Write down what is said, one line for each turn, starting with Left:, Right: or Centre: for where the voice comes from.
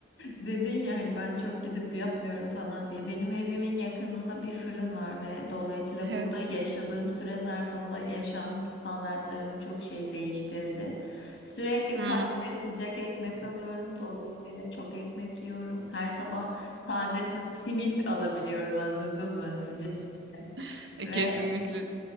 Left: Dedin ya hani ben çok gidip yapmıyorum falan diye. Benim evimin yakınında bir fırın var ve dolayısıyla
Right: evet.
Left: burada yaşadığım süre zarfında yaşam standartlarımı çok şey değiştirdi. Sürekli
Right: Hmm.
Left: taze sıcak ekmek alıyorum. Dolayısıyla çok ekmek yiyorum. Her sabah taze sa- simit alabiliyorum anladın mı? Sıcak sıcak.
Right: <laughs>
Left: Ve
Right: Kesinlikle.